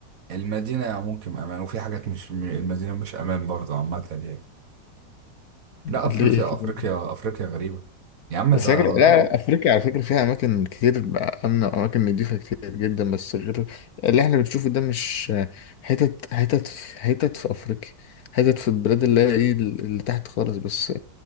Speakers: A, on the right (about 55°); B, on the left (about 65°).
A: المدينه ممكن امان وفي حاجات مش م- المدينه مش امان برضه عامه يعني
B: <laughs>
A: لا
B: ليه
A: افريقيا
B: كده
A: افريقيا افريقيا غريبه يا عم
B: بس
A: ده
B: فاكر لا
A: والله بقى.
B: افريقيا على فكره فيها اماكن كتير امنه واماكن نضيفه كتير جدا بس غير اللي احنا بنشوفه ده مش حتت حتت في حتت في افريقيا حتت في البلاد اللي هي ايه اللي تحت خالص بس